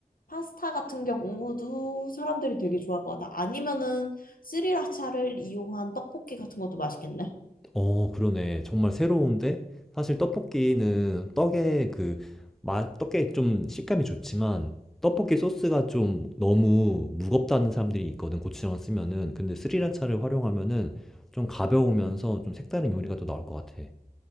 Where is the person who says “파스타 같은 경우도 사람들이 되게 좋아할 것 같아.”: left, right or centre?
Left